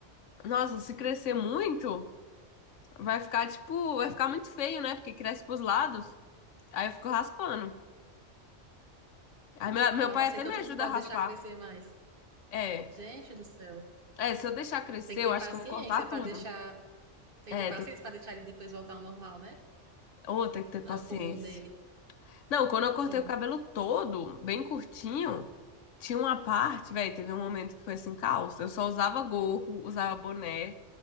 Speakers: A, on the left; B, on the right.
A: nossa, se crescer muito, vai ficar tipo, vai ficar muito feio, né? Porque cresce pros lados. Aí eu fico raspando. Aí meu, meu
B: Nossa,
A: pai até
B: então
A: me
B: tu
A: ajuda
B: não pode
A: a raspar.
B: deixar crescer mais.
A: É.
B: Gente do céu.
A: É, se eu deixar crescer,
B: Tem que
A: eu
B: ter
A: acho
B: paciência
A: que eu vou cortar tudo.
B: para deixar. Tem
A: É,
B: que ter paciência
A: tem que,
B: para deixar ele depois voltar ao normal, né?
A: oh, tem que ter paciência.
B: Ao comum dele.
A: Não, quando eu cortei
B: Sim.
A: o cabelo todo, bem curtinho, tinha uma parte, velho, teve um momento que foi assim, calça. Eu só usava gorro, usava boné.